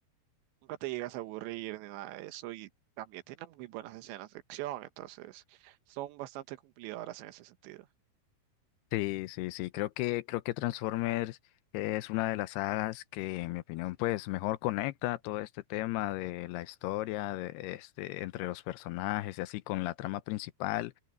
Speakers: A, on the right; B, on the left.
A: nunca te llegas a aburrir ni nada de eso y también tienen muy buenas escenas de acción, entonces son bastante cumplidoras en ese sentido.
B: Sí, sí, sí, creo que, creo que Transformers es una de las sagas que, en mi opinión, pues mejor conecta todo este tema de la historia, de este, entre los personajes y así con la trama principal,